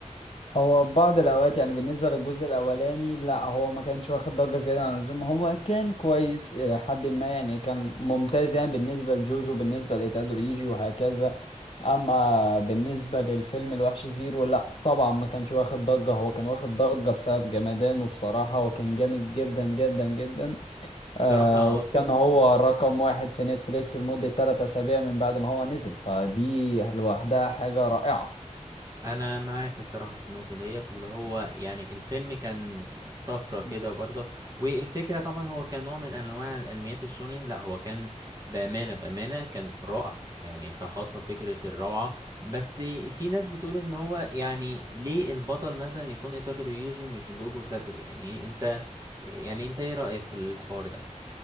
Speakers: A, on the left (about 50°); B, on the right (about 30°).
A: هو بعض الاوقات يعني بالنسبه للجزء الاولاني لا هو ما كانش واخد ضجه زياده عن اللزوم هو كان كويس الى حد ما يعني كان ممتاز يعني بالنسبه لجوجو بالنسبه لتادوريجي وهكذا اما بالنسبه للفيلم الوحش زيرو لا طبعا ما كانش واخد ضجه هو كان واخد ضجه بسبب جمدانه بصراحه وكان جامد جدا جدا جدا آه،
B: صراحة
A: وكان هو رقم واحد في نتفليكس لمدة ثلاث أسابيع من بعد ما هو نزل فدي لوحدها حاجة رائعة
B: انا معاك الصراحه في النقطه ديت اللي هو يعني الفيلم كان طفره
A: مم.
B: كده برضه والفكره طبعا هو كان نوع من انواع الانميات الشونين لا هو كان بامانه بامانه كان رائع يعني تخطى فكره الروعه بس في ناس بتقول ان هو يعني ليه البطل مثلا يكون ايتادوري يوجي مش جوجو ساتورو يعني انت يعني انت ايه رايك في الحوار ده